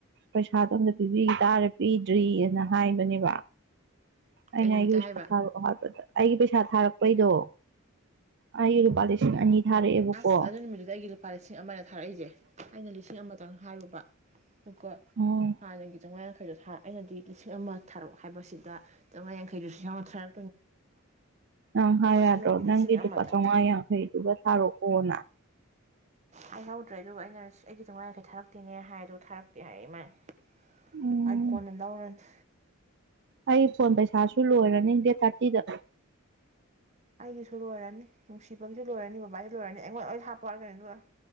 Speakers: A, on the right; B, on the right.
A: ꯄꯩꯁꯥꯗꯣ ꯑꯝꯗ ꯄꯤꯕꯤ ꯇꯥꯔ ꯄꯤꯗ꯭ꯔꯤꯑꯅ ꯍꯥꯏꯕꯅꯦꯕ ꯑꯩꯅ
B: ꯀꯩ ꯅꯨꯃꯤꯠꯇ
A: ꯑꯩꯒꯤ ꯄꯩꯁꯥ
B: ꯍꯥꯏꯕ
A: ꯊꯥꯔꯛꯑꯣ ꯍꯥꯏꯕꯗ ꯑꯩꯒꯤ ꯄꯩꯁꯥ ꯊꯥꯔꯛꯄꯩꯗꯣ ꯑꯩꯒꯤ ꯂꯨꯄꯥ ꯂꯤꯁꯤꯡ ꯑꯅꯤ ꯊꯥꯔꯛꯑꯦꯕꯀꯣ
B: ꯑꯁ ꯑꯗꯨ ꯅꯨꯃꯤꯠ ꯇꯨꯗꯤ ꯑꯩꯒꯤ ꯂꯨꯞ ꯂꯨꯄꯥ ꯂꯤꯁꯤꯡ ꯑꯃꯅ ꯊꯥꯔꯛꯏꯁꯦ ꯑꯩꯅ ꯂꯤꯁꯤꯡ ꯑꯃꯇꯪ ꯍꯥꯏꯔꯨꯕ ꯀꯣ
A: ꯑꯣ
B: ꯍꯥꯟꯅꯒꯤ ꯆꯥꯝꯉꯥ ꯈꯔꯥ ꯊ ꯑꯩꯅꯗꯤ ꯂꯤꯁꯤꯡ ꯑꯃ ꯊꯥꯔꯛ ꯑꯣ ꯍꯥꯏꯕꯁꯤꯗ ꯆꯥꯝꯉꯥ ꯌꯥꯡꯈꯩꯗ ꯂꯤꯁꯤꯡ ꯊꯥꯔꯛ
A: ꯅꯪ ꯍꯥꯏ ꯌꯥꯗ꯭ꯔꯣ
B: ꯁꯨꯞꯅꯒꯤ
A: ꯅꯪꯒꯤ
B: ꯂꯤꯁꯤꯡ ꯑꯃꯇꯪ
A: ꯂꯨꯄꯥ ꯆꯥꯃꯉꯥ ꯌꯥꯡꯈꯩꯗꯨꯒ ꯊꯥꯔꯣ ꯑꯣꯅꯥ
B: ꯍꯥꯏ ꯍꯧꯗ꯭ꯔꯦ ꯑꯗꯨꯒ ꯑꯩꯅ ꯑꯩꯒꯤ ꯆꯥꯝꯉꯥ ꯉꯥꯏꯈꯩ ꯊꯥꯔꯛꯇꯦꯅꯦ ꯍꯥꯏꯗꯣ ꯊꯥꯔꯛꯇꯦ ꯍꯥꯏ ꯃꯥꯟꯅ
A: ꯎꯝ
B: ꯑꯩ ꯀꯣꯟꯅ ꯂꯧꯔꯅꯤ
A: ꯑꯩ ꯐꯣꯟ ꯄꯩꯁꯥꯁꯨ ꯂꯣꯏꯔꯅꯤ ꯗꯦꯠ ꯊꯥꯔꯇꯤꯗ
B: ꯑꯩꯒꯤꯁꯨ ꯂꯣꯏꯔꯅꯤ ꯅꯨꯡꯁꯤꯕꯒꯤꯁꯨ ꯂꯣꯏꯔꯅꯤ ꯕꯕꯥꯁꯨ ꯂꯣꯏꯔꯅꯤ ꯑꯩꯉꯣꯟꯗ ꯂꯣꯏ ꯍꯥꯞꯄꯅꯤ ꯑꯗꯨꯒꯥ